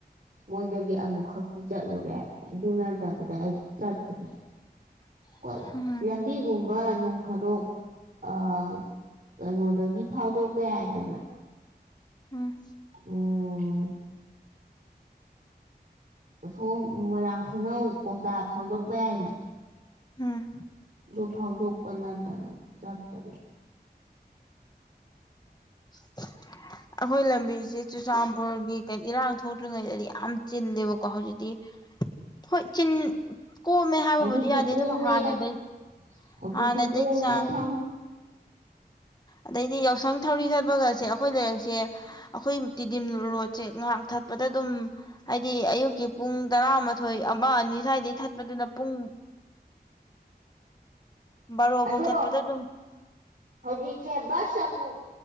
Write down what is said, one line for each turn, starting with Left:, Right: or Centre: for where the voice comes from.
Right: ꯃꯣꯏꯗꯒꯤ ꯑꯃꯨꯛ ꯈꯛꯇꯤ ꯆꯠꯂꯨꯔꯦ ꯑꯗꯨ ꯅꯠꯇꯕꯗ ꯑꯩ ꯆꯠꯇ꯭ꯔꯤ
Left: <unintelligible>
Right: ꯀꯣꯏ
Left: ꯎꯝ
Right: ꯂꯕꯤꯒꯨꯝ ꯅꯅꯨꯡ ꯐꯥꯔꯣꯛ ꯑ ꯀꯩꯅꯣꯗꯒꯤ ꯐꯥꯎꯗꯣꯛꯄ ꯌꯥꯏꯗꯅ
Left: ꯎꯝ
Right: ꯎꯝ ꯁꯣ ꯃꯣꯏꯔꯥꯡ ꯈꯨꯅꯧ ꯀꯧꯇꯥ ꯐꯥꯎꯗꯣꯔꯄ ꯌꯥꯏꯅ
Left: ꯎꯝ
Right: ꯑꯗꯨꯗꯨ ꯐꯥꯎꯗ ꯎꯄꯔ ꯅ ꯇꯅ ꯆꯥꯥꯛ ꯇꯗꯨ
Left: <unintelligible> ꯑꯩꯈꯣꯏ ꯂꯝꯕꯤꯁꯦ ꯆꯨꯔꯆꯥꯟꯄꯨꯔꯒꯤ ꯀ ꯏꯔꯥꯡ ꯊꯣꯛꯇ꯭ꯔꯤꯉꯩꯗꯗꯤ ꯌꯥꯝ ꯆꯤꯜꯂꯦꯕꯀꯣ ꯍꯧꯖꯤꯛꯇꯤ ꯍꯣꯏ ꯆꯤꯟ ꯀꯣꯝꯃꯦ ꯍꯥꯏꯕꯕꯨꯗꯤ
Right: ꯍꯧꯖꯤꯛꯇꯤ
Left: ꯌꯥꯗꯦ
Right: ꯀꯣꯝꯃꯦꯗ
Left: ꯑꯗꯨꯝ ꯍꯥꯟꯅꯗꯩ
Right: ꯍꯧꯖꯤꯛꯇꯤ
Left: ꯍꯥꯟꯅꯗꯒꯤꯩ
Right: ꯀꯣꯝꯃꯦ
Left: ꯆꯥꯡ
Right: ꯑꯩ ꯈꯪꯉꯦ
Left: ꯑꯗꯩꯗꯤ ꯌꯥꯎꯁꯪ ꯊꯧꯔꯤ ꯊꯠꯄꯒꯁꯦ ꯑꯩꯈꯣꯏ ꯂꯩꯔꯛꯁꯦ ꯑꯩꯈꯣꯏ ꯇꯤꯗꯤꯝ ꯔꯣꯠꯁꯦ ꯉꯥꯏꯍꯥꯛ ꯊꯠꯄꯗ ꯑꯗꯨꯝ ꯍꯥꯏꯗꯤ ꯑꯌꯨꯛꯀꯤ ꯄꯨꯡ ꯇꯔꯥꯃꯥꯊꯣꯏ ꯑꯃ ꯑꯅꯤ ꯁ꯭ꯋꯥꯏꯗꯩ ꯊꯠꯄꯗꯨꯅ ꯄꯨꯡ ꯕꯥꯔꯣꯐꯥꯎ
Right: ꯑꯗꯣ
Left: ꯊꯠꯄꯗ ꯑꯗꯨꯝ
Right: ꯍꯧꯖꯤꯛꯁꯦ ꯕꯁ ꯑꯃꯨꯛ